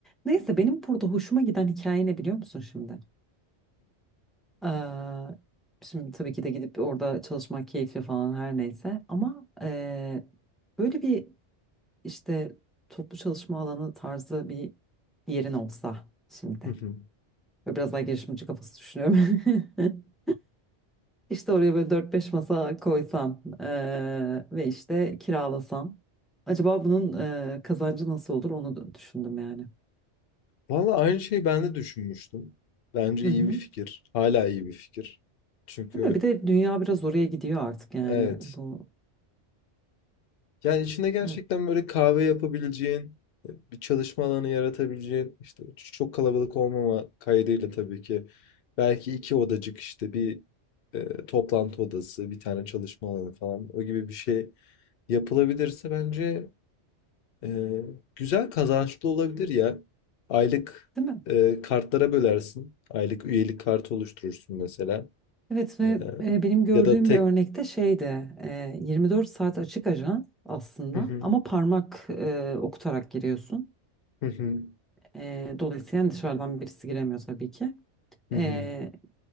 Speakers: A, in the centre; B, on the left.
A: Neyse benim burada hoşuma giden hikaye ne biliyor musun şimdi? Ee, şimdi tabii ki de gidip orada çalışmak keyifli falan her neyse ama eee, böyle bir işte toplu çalışma alanı tarzı bir yerin olsa şimdi.
B: <clears throat>
A: Böyle biraz daha girişimci kafası düşünüyorum. <laughs> İşte oraya böyle dört beş masa koysam eee, ve işte kiralasam. Acaba bunun eee, kazancı nasıl olur onu da düşündüm yani.
B: Valla aynı şeyi ben de düşünmüştüm. Bence
A: Hı
B: iyi
A: hı.
B: bir fikir. Hala iyi bir fikir. Çünkü
A: Değil mi? Bir de dünya biraz oraya gidiyor artık yani
B: Evet.
A: bu.
B: Yani içinde gerçekten
A: Evet,
B: böyle kahve yapabileceğin, bir çalışma alanı yaratabileceğin, işte çok kalabalık olmama kaydıyla tabii ki. Belki iki odacık işte bir e, toplantı odası, bir tane çalışma alanı falan o gibi bir şey yapılabilirse bence e, güzel kazançlı olabilir ya. Aylık
A: değil mi?
B: e, kartlara bölersin. Aylık üyelik kartı oluşturursun mesela.
A: Evet ve
B: E,
A: e, benim gördüğüm
B: ya da tek...
A: bir örnekte şeydi e, 24 saat açık ajans aslında
B: Hı hı,
A: ama parmak e, okutarak giriyorsun.
B: hı hı,
A: E, dolayısıyla yani dışarıdan birisi giremiyor tabii ki.
B: hı
A: E,
B: hı.